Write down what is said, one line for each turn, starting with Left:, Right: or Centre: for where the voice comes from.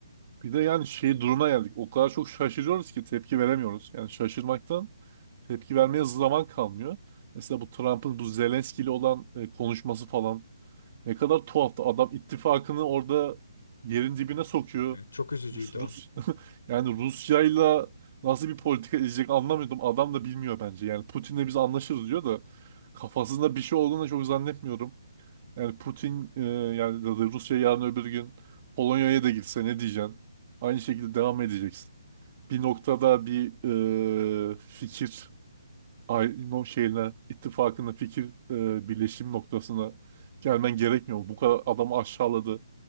Right: Bir de yani şey duruma geldik. O kadar çok şaşırıyoruz ki tepki veremiyoruz. Yani şaşırmaktan tepki vermeye zaman kalmıyor. Mesela bu Trump'ın bu Zelenski ile olan e, konuşması falan ne kadar tuhaftı. Adam ittifakını orada yerin dibine sokuyor.
Left: Evet. Çok üzücüydü
Right: Rus, Rus
Left: o.
Right: <laughs> yani Rusya'yla nasıl bir politika izleyecek anlamıyordum. Adam da bilmiyor bence. Yani Putin'le biz anlaşırız diyor da kafasında bir şey olduğunu da çok zannetmiyorum. Yani Putin e, yani da da Rusya yarın öbür gün Polonya'ya da gitse ne diyeceksin? Aynı şekilde devam edeceksin. Bir noktada bir e, fikir ay- no şeyine ittifakına fikir e, birleşim noktasına gelmen gerekmiyor. mu? Bu kadar adamı aşağıladı.